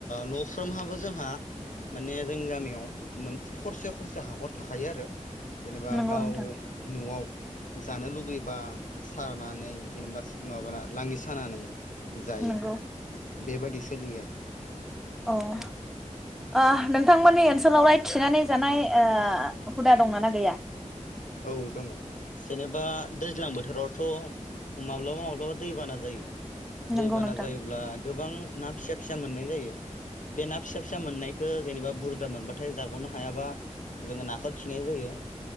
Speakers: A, on the left; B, in the centre.
A: न'फ्रोमहाबो जोंहा माने जोंनि गामियावसे खरसे खरसे हाखर थाखायो आरो जेनेबा
B: नंगौ
A: गाव
B: नोंथां
A: न'आव जानो लुबैबा सारनानै जेनेबा माबाना लां खानानै जायो
B: नंगौ
A: बेबायदि सोलियो आरो <inaudible>
B: अ नोंथांमोननि ओनसोलावलाय थिनानै जानाय हुदा दङ ना गैया
A: औ दङ जेनेबा दैज्लां बोथोरावथ' माब्लाबा माब्लाबा दैबाना जायो
B: नंगौ
A: दैबाना
B: नोंथां
A: जायोब्ला गोबां ना फिसा फिसा मोननाय जायो बे ना फिसा फिसा मोननायखौ जेनेबा बुरजा मोनबाथाय जाग'नो हायाबा जोङो नाखौ खिनाय जायो